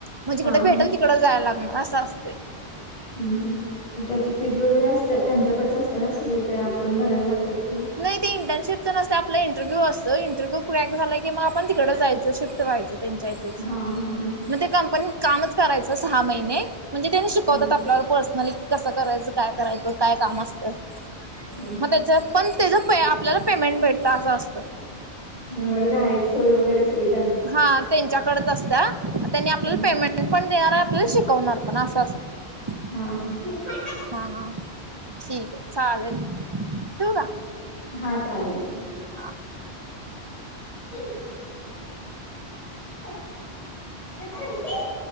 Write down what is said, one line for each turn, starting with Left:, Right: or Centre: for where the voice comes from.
Right: मग जिकड
Left: हा
Right: भेटेलं
Left: हा
Right: तिकड जायला लागणार असं असतयं.
Left: ह ह मग त्याची फीज वगैरे असते, त्यांच्याकडेच असते ना सगळी काही आपण भरायला लागतात का?
Right: नाही ते इंटर्नशिपचं नसतयं आपला इंटरव्ह्यू असतोयं इंटरव्ह्यू <unintelligible> झाला, कि म आपण तिकडे जायचं शिफ्ट व्हायचं. त्यांच्या इथेचं,
Left: हा हा हा
Right: मग ते कंपनीत कामचं करायचं सहा महिने. म्हणजे त्यांनी शिकवतात,
Left: हा हा
Right: आपल्याला पर्सनली कि कसं करायचं काय करायचं काय काम असतं.
Left: ह ह.
Right: मग त्याच्यात पण त्याचं प आपल्याला पेमेंट भेटतं असं असतं.
Left: म्हणजे, रहायची सोय वगैरे सगळीच.
Right: हा त्यांच्याकडेच असत्या त्यांनी
Left: हम्म
Right: आपल्याला
Left: हम्म.
Right: पेमेंट <unintelligible> पण देणार आपल्याला शिकवणार पण असं असतयं.
Left: हा हा. <unintelligible>
Right: हा हा ठीक आहे, चालेल ठेवू का?
Left: हा चालेल.
Right: हा.
Left: ते ह आ.